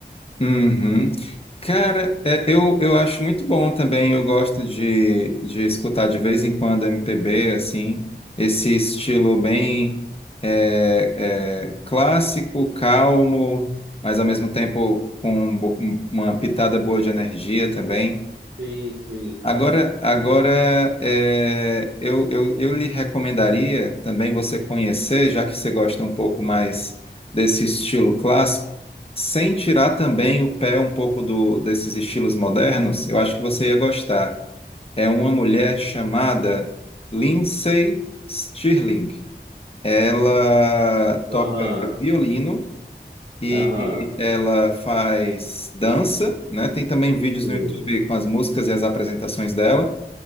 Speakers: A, on the left; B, on the right.
A: Uhum. Cara, é, eu, eu acho muito bom também. Eu gosto de, de escutar de vez em quando MPB, assim, esse estilo bem é, é, clássico, calmo, mas ao mesmo tempo com um bo- um- uma pitada boa de energia também.
B: Sim, sim.
A: Agora, agora é, eu, eu, eu lhe recomendaria também você conhecer, já que você gosta um pouco mais desse estilo clássico, sem tirar também o pé um pouco do, desses estilos modernos, eu acho que você ia gostar. É uma mulher chamada Lindsay Stirling. Ela
B: Aham,
A: toca violino e
B: aham,
A: ela faz dança, né? Tem também vídeos
B: sim.
A: no YouTube com as músicas e as apresentações dela.